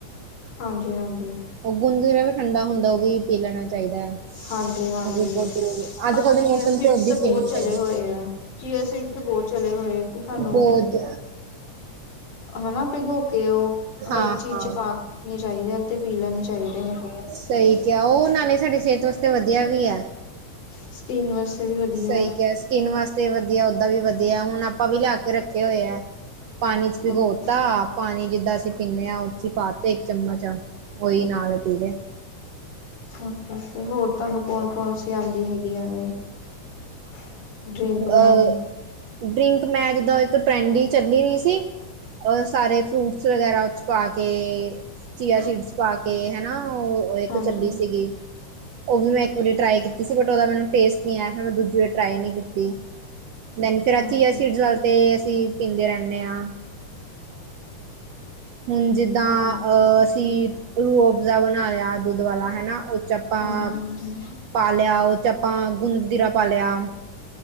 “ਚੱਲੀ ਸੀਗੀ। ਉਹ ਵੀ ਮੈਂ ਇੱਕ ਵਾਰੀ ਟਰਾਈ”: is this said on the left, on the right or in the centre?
Right